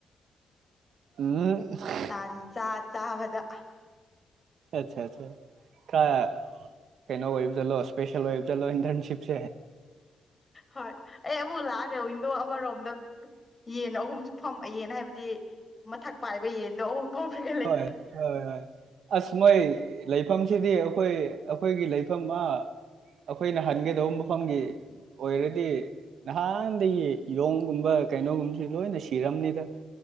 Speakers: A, on the right; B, on the left.
A: ꯑꯨꯝ
B: ꯇꯟꯖꯥ ꯆꯥꯕꯗ
A: ꯑꯠꯆꯥ ꯆ ꯈ ꯀꯩꯅꯣ ꯑꯣꯏꯕꯗꯂꯣ ꯏꯁꯄꯦꯁꯦꯜ ꯑꯣꯏꯕꯖꯠꯂꯣ ꯏꯟꯇꯔꯟꯁꯤꯞꯁꯦ
B: ꯍꯣꯏ ꯑꯩ ꯑꯃꯨꯛ ꯂꯥꯛꯑꯒꯦ ꯋꯤꯟꯗꯣ ꯑꯃꯔꯣꯝꯗ ꯌꯦꯟ ꯑꯍꯨꯝꯁꯨ ꯐꯝ ꯌꯦꯟ ꯍꯥꯏꯕꯗꯤ ꯃꯊꯛ ꯄꯥꯏꯕ ꯌꯦꯟꯗꯣ ꯑꯍꯨꯝ ꯐꯝꯃꯒ ꯂꯩ
A: ꯍꯣꯏ ꯍꯣꯏ ꯍꯣꯏ ꯑꯁ ꯃꯣꯏ ꯂꯩꯐꯝꯁꯤꯗꯤ ꯑꯈꯣꯏ ꯑꯈꯣꯏꯒꯤ ꯂꯩꯐꯝ ꯑ ꯑꯩꯈꯣꯏꯅ ꯍꯥꯟꯒꯗꯧꯕ ꯃꯐꯝꯒꯤ ꯑꯣꯏꯔꯗꯤ ꯅꯍꯥꯟꯗꯒꯤ ꯌꯣꯡꯒꯨꯝꯕ ꯀꯩꯅꯣꯒꯨꯝꯕꯁꯤ ꯂꯣꯏꯅ ꯁꯤꯔꯝꯅꯤꯗ